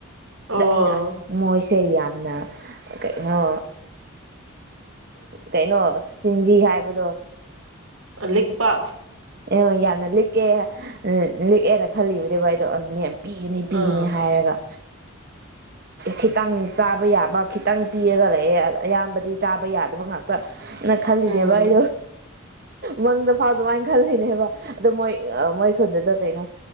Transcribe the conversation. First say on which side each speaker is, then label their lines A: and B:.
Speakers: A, on the right; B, on the right.
A: ꯑꯣ
B: ꯑꯅ ꯑꯁ ꯃꯣꯖ ꯏꯆꯦ ꯌꯥꯝꯅ ꯀꯩꯅꯣ ꯀꯩꯅꯣ ꯇꯤꯟꯖꯤ ꯍꯥꯏꯕꯗꯣ
A: ꯂꯤꯛꯄꯥ
B: ꯑꯦ ꯌꯥꯝꯅ ꯂꯤꯛꯑꯦ ꯂꯤꯛꯑꯦꯅ ꯈꯜꯂꯤꯕꯅꯦꯕ ꯑꯩꯗꯣ ꯄꯤꯒꯅꯤ
A: ꯑꯥ
B: ꯄꯤꯒꯅꯤ ꯍꯥꯏꯔꯒ ꯈꯤꯇꯪ ꯆꯥꯕ ꯌꯥꯕ ꯈꯤꯇꯪ ꯄꯤꯔꯒ ꯂꯩꯑꯦ ꯑꯌꯥꯝꯕꯗꯤ ꯆꯥꯕ ꯌꯥꯗꯕ ꯉꯥꯛꯇ ꯅꯪ ꯈꯜꯂꯤꯗꯦꯕꯚ
A: ꯎꯝ
B: ꯑꯩꯗꯣ ꯃꯪꯗ ꯐꯥꯎ ꯈꯜꯂꯤꯅꯦ ꯍꯥꯏꯕ ꯑꯗꯣ ꯃꯣꯏ ꯃꯣꯏ ꯈꯨꯟꯗꯨꯗ ꯀꯩꯅꯣ